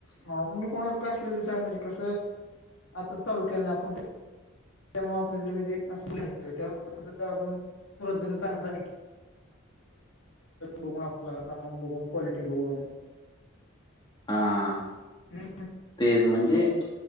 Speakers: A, on the left; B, on the left.
A: मी कोणाच का असले त सांग म्हणजे कसं आताच चालू केलं नाही आपण त्यामुळे आपल्या जे म्हणजे क अस कसं आपण -- <unintelligible> आप सग बघून आपलं काम बघून क्वालिटी बघून
B: हा.
A: हम्म.
B: तेच म्हणजे